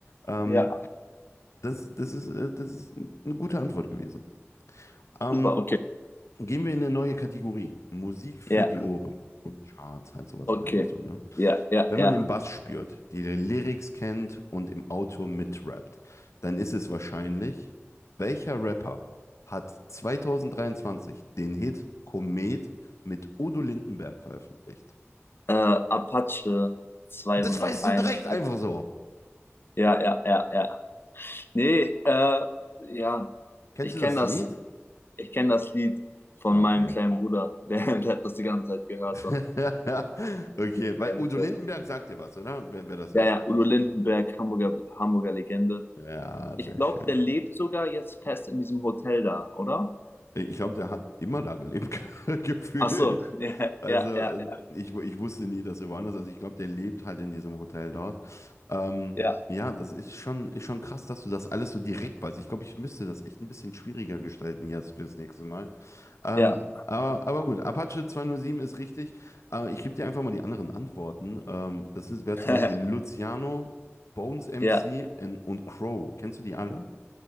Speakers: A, on the left; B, on the left.
A: Ähm,
B: Ja,
A: das, das ist, äh, das ist eine gute Antwort gewesen. Ähm,
B: Super, okay.
A: gehen wir in eine neue Kategorie. Musik für
B: Ja,
A: die Ohren. Und Charts, halt sowas
B: okay.
A: in der Richtung. Ne?
B: Ja, ja,
A: Wenn
B: ja.
A: man den Bass spürt, die Lyrics kennt und im Auto mitrappt, dann ist es wahrscheinlich, welcher Rapper hat 2023 den Hit Komet mit Udo Lindenberg veröffentlicht?
B: Äh, Apache 201.
A: Das weißt du direkt einfach so.
B: Ja, ja, ja, ja. Nee, äh, ja,
A: Kennst
B: ich
A: du
B: kenne
A: das
B: das,
A: Lied?
B: ich kenne das Lied von
A: Ah,
B: meinem
A: okay.
B: kleinen Bruder. <laughs> Der, der hat das die ganze Zeit gehört
A: <laughs>
B: und
A: okay,
B: deswegen
A: weil
B: kenn
A: Udo
B: ich das.
A: Lindenberg sagt dir was, oder? Wer, wer das ist.
B: Ja, ja, Udo Lindenberg, Hamburger, Hamburger Legende.
A: Ja,
B: Ich
A: sehr
B: glaube,
A: schön.
B: der lebt sogar jetzt fest in diesem Hotel da, oder?
A: Ich glaube, der hat immer da gelebt, <laughs> gefühlt.
B: Ach so, <laughs> ja,
A: Also
B: ja, ja,
A: äh, ich, wu- ich wusste nie, dass er woanders ist. Also ich glaube, der lebt halt in diesem Hotel dort. Ähm,
B: ja,
A: ja, das ist schon, ist schon krass, dass du das alles so direkt weißt. Ich glaube, ich müsste das echt ein bisschen schwieriger gestalten jetzt fürs nächste Mal. Ähm,
B: ja, ja,
A: aber, aber gut, Apache 207 ist richtig. Äh, ich gebe dir einfach mal die anderen Antworten. Ähm, das ist, wäre
B: <laughs>
A: zum Beispiel Luciano, Bones MC
B: ja,
A: und, und Crow. Kennst du die alle?